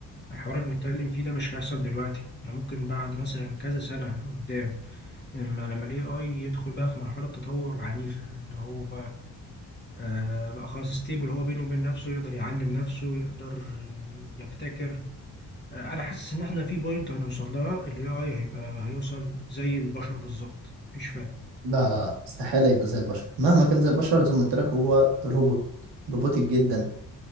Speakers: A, on the left; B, on the right.
A: الحوار اللي بنتكلم فيه ده مش هيحصل دلوقتي يعني ممكن بعد مثلا كذا سنة قدام اما لما ال AI يدخل بقى في مرحلة تطور عنيفة اللي هو آه بقى خلاص ستيبل هو بينه وبين نفسه يقدر يعلم نفسه يقدر يبتكر آه انا حاسس ان احنا في بوينت هنوصل لها الاي اي هيبقى هيوصل زي البشر بالظبط مفيش فرق
B: لا لا لا استحالة يبقى زي البشر مهما كان زي البشر زي ما قلت لك هو روبوت روبوتك جدا